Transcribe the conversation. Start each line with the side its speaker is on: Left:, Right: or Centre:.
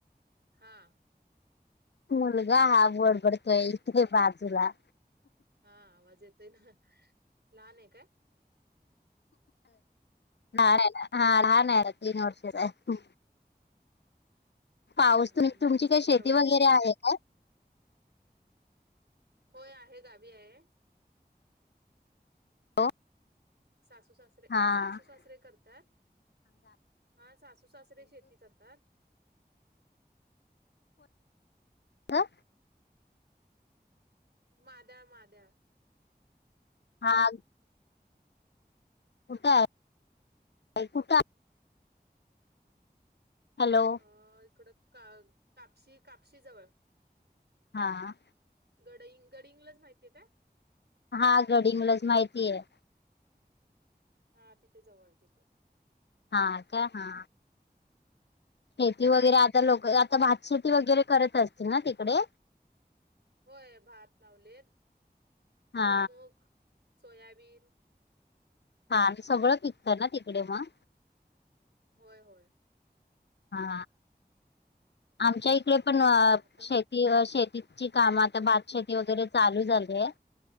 Right: हा
Left: मुलगा हा बडबडतोय इतके बाजूला
Right: हा आवाज येतोय ना लहान आहे काय
Left: हा लहान आहे तीन वर्षाचा आहे पाऊस
Right: ह
Left: तुम्ही
Right: माझा
Left: तुमची काही शेती
Right: पण तेवढाच
Left: वगैरे
Right: आहे
Left: काय
Right: होय आहे गावी आहे
Left: हो
Right: सासू सासरे सरे
Left: हा
Right: सासू सासरे करतात हा सासू सासरे शेती करतात
Left: अ
Right: माद्या माद्या
Left: हा कुठ आहे कुठ हॅलो
Right: अ इकडं का कापशी कापशी जवळ
Left: हां
Right: गड गडहिंग्लज माहितीये काय
Left: हा गडहिंग्लज माहितीये
Right: हा तिथे जवळ तिकड
Left: हा का हा शेती वगैरे
Right: हा
Left: आता लोक आता भातशेती वगैरे करत असतील ना तिकडे
Right: होय भात लावलेत
Left: हा
Right: भुईमूग, सोयाबीन
Left: हा आणि सगळं पिकतं ना तिकडे मग
Right: होय होय
Left: हा आमच्या
Right: हम्म
Left: इकडे पण
Right: आता
Left: शे ती शेतीची काम आता भातशेती वगैरे चालू झालीये